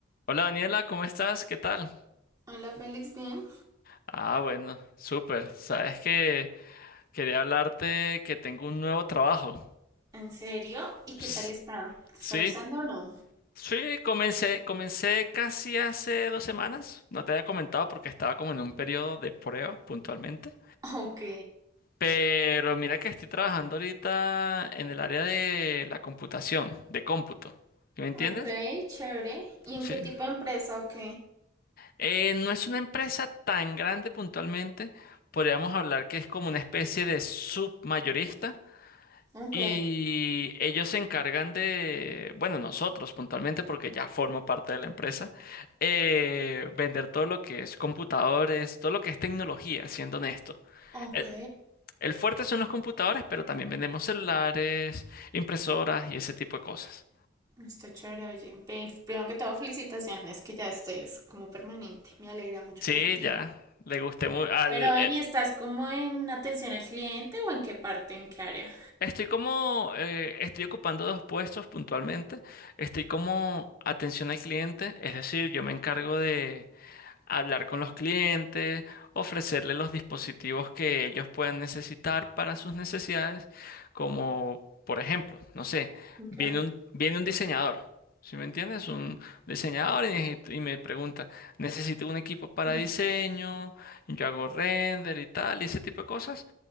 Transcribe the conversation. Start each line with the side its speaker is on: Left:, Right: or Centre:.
Left: Hola Daniela, ¿cómo estás? ¿Qué tal?
Right: Hola Félix, bien.
Left: Ah, bueno, súper. Sabes que quería hablarte que tengo un nuevo trabajo.
Right: ¿En serio? ¿Y
Left: Ps,
Right: qué tal está? ¿Te está
Left: Sí,
Right: gustando o no?
Left: sí, comencé, comencé casi hace dos semanas. No te había comentado porque estaba como en un periodo de prueba puntualmente.
Right: Ok,
Left: Pero mira que estoy trabajando ahorita en el área de la computación, de cómputo. ¿Sí me entiendes?
Right: ok, chévere. ¿Y en
Left: Sí.
Right: qué tipo de empresa? Ok,
Left: Eh, no es una empresa tan grande puntualmente. Podríamos hablar que es como una especie de submayorista
Right: Ok,
Left: Y ellos se encargan de, bueno, nosotros puntualmente, porque ya formo parte de la empresa, eh, vender todo lo que es computadores, todo lo que es tecnología, siendo honesto.
Right: ok.
Left: El, el fuerte son los computadores, pero también vendemos celulares, impresoras y ese tipo de cosas.
Right: Está chévere, oye. Pe- Primero que todo, felicitaciones que ya estés como permanente. Me alegra mucho
Left: Sí,
Right: por ti.
Left: ya, le gusté muy al...
Right: Pero ven,
Left: el-
Right: ¿y estás como en atención al cliente o en qué parte, en qué área?
Left: estoy como, eh, estoy ocupando dos puestos puntualmente. Estoy como atención al cliente, es decir, yo me encargo de hablar con los clientes, ofrecerles los dispositivos que ellos puedan necesitar para sus necesidades, como por ejemplo, no sé,
Right: Ok.
Left: viene un, viene un diseñador, ¿sí me entiendes? Un diseñador y, necesito- y me pregunta, necesito un equipo para
Right: mm,
Left: diseño, yo hago render y tal, y ese tipo de cosas,